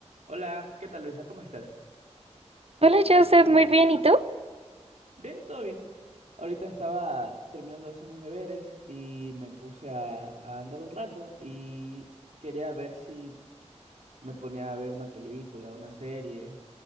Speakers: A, on the right (about 85°); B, on the right (about 60°).
A: Hola, ¿qué tal Luisa? ¿Cómo estás?
B: Hola, Joseph, muy bien, ¿y tú?
A: Bien, todo bien. Ahorita estaba terminando de hacer unos deberes y me puse a, a andar un rato y quería ver si me ponía a ver una película, una serie.